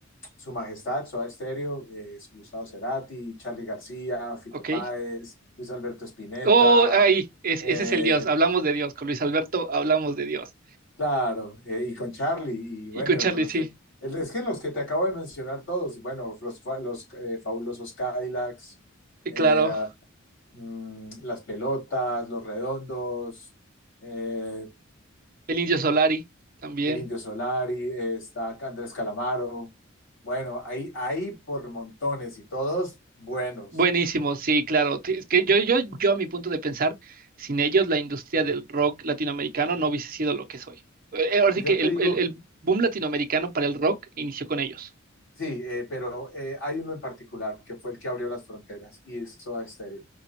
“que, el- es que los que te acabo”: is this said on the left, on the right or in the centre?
Left